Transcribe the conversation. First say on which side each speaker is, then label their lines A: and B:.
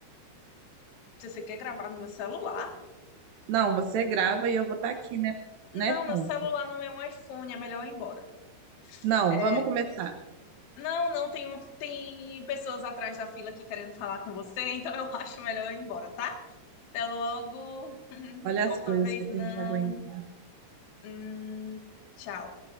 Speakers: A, on the left (about 55°); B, on the right (about 75°).
A: Se você quer gravar no meu celular?
B: Não, você grava e eu vou estar aqui, né?
A: Não,
B: Né,
A: meu
B: Tom?
A: celular não é um iPhone, é melhor eu ir embora.
B: Não,
A: É,
B: vamos começar.
A: não, não, tem, um- tem pessoas atrás da fila aqui querendo falar com você, então eu <laughs> acho melhor eu ir embora, tá? Até logo. <laughs>
B: Olha
A: Outra
B: as coisas
A: vez
B: que eu
A: não.
B: tenho que aguentar.
A: Hum, tchau.